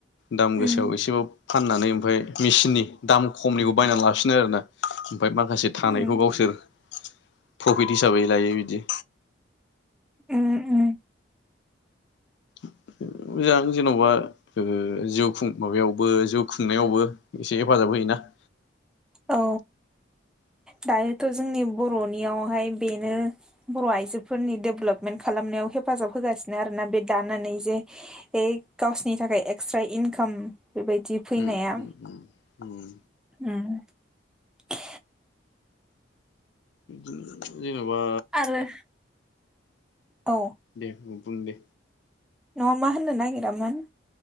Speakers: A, on the left (about 65°); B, in the centre.
A: दाम गोसायाव
B: उम
A: एसेबाब फाननानै ओमफाय मेचिननि दाम खमनिखौ बायनानै लाफिनो आरोना। ओमफ्राय माखासे थानायखौ
B: उम
A: गावसोर प्रफिट हिसाबै लायो बिदि
B: उम उम
A: <unintelligible> जेनबा ओ जिउ खुं माबायावबो जुब खुंनायावबो एसे हेफाजाब होयोना। <inaudible>
B: औ दायोथ ज जोंनि बरनियावहाय बेनो बर आइजोफोरनि डेभेलपमेन्ट खालामनायाव हेफाजाब होगासिनो आरोना बे दानानै जे ए गावसोरनि थाखाय एक्सट्रा इनकाम बेबायदि फैनाया।
A: उम उम उम उम
B: <inaudible>
A: <unintelligible> जेनबा
B: आरो औ
A: दे बुं दे।
B: नआव मा होन होनो नागिरामोन